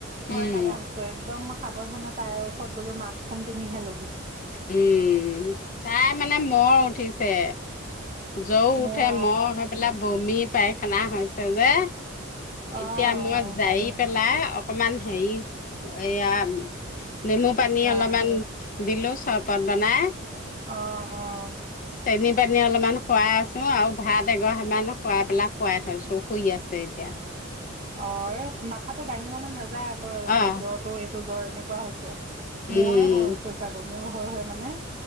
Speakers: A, on the right; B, on the left.
A: ভয়
B: উম।
A: লগা হৈছে। ত' একদম মই সাৱধানে তাইৰ ওচৰত গ'লো মাক্কখন পিন্ধিয়ে ল'বি।
B: উম তাই মানে মৰ উঠিছে। জ্বৰ উঠে,
A: মোৰ
B: মহ হৈ পেলাই বমি, পাইখানা হৈছে যে।
A: অ' অ'
B: এতিয়া মই জাৰি পেলাই অকমান হেৰি, এয়া নেমু পানী
A: অ'
B: অলপমান দিলো চৰবত বনাই।
A: অ', অ'।
B: চেনী পানী অলপমান খুৱাই আছো আৰু ভাত অঘৰামানো খুৱাই পেলাই খোৱাই থৈছো, শুই আছে এতিয়া।
A: অ', এই মাথাটো ডাঙিব মান নাযায় আকৌ
B: আহ
A: জ্বৰটো এইটো জ্বৰ এনেকুৱা হৈছে।
B: উম
A: মইয়ে হয় ওচৰ চাগৰ মোৰ হৈ হৈ মানে,